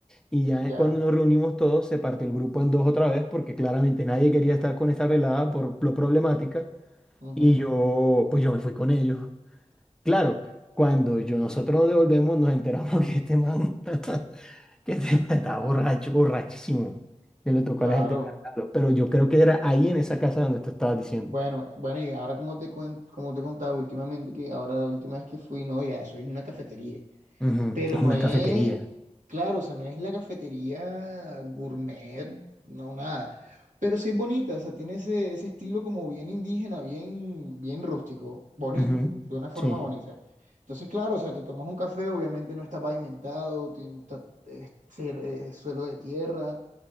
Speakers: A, in the centre; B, on the right (about 80°).
A: Y ya
B: ya.
A: cuando nos reunimos todos, se partió el grupo en dos otra vez, porque claramente nadie quería estar con esta pelada por lo problemática.
B: ujú,
A: Y yo, pues yo me fui con ellos. Claro, cuando yo, nosotros nos devolvemos, nos enteramos <laughs> que este man, <laughs> que este man estaba borracho, borrachísimo, que le tocó
B: Claro.
A: a la gente cargarlo. Pero yo creo que era ahí en esa casa donde tú estabas diciendo.
B: Bueno, bueno, y ahora como te cuen- como te contaba últimamente que ahora la última vez que fui, no, ya eso es una cafetería.
A: Ujú,
B: Pero
A: Es
B: no
A: una
B: es,
A: cafetería.
B: claro, o sea, no es la cafetería gourmet, no, nada. Pero sí es bonita, o sea, tiene ese, ese estilo como bien indígena, bien, bien rústico, bonito,
A: Ujú,
B: de una forma
A: Sí.
B: bonita. Sí. Entonces, claro, o sea, te tomas un café, obviamente no está pavimentado, tiene, está- es, cier- es suelo de tierra,